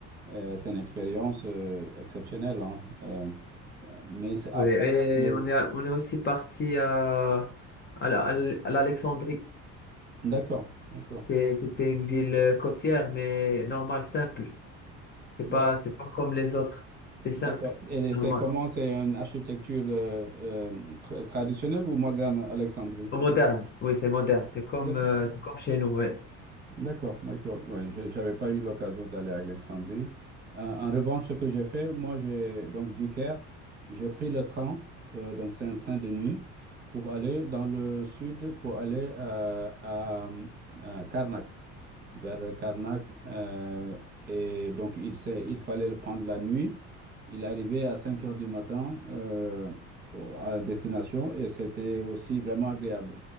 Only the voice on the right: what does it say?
Euh, c'est une expérience euh, exceptionnelle. hein. Euh, euh, mais c'est
après. euh,
d'accord, d'accord.
D'ac-
D'accord. Et
c'est comment? C'est une architecture euh, euh, tra- traditionnelle ou moderne, Alexandrie?
D'accord,
d'accord, d'accord. Oui, je- j'avais pas eu l'occasion d'aller à Alexandrie. Euh, en revanche, ce que j'ai fait, moi, j'ai donc du Caire, j'ai pris le train, euh, donc c'est un train de nuit, pour aller dans le sud, pour aller euh, à, à Karnak. vers Karnak. euh, et donc, il s'est, il fallait le prendre la nuit. Il arrivait à 5 heures du matin euh, au- à destination et c'était aussi vraiment agréable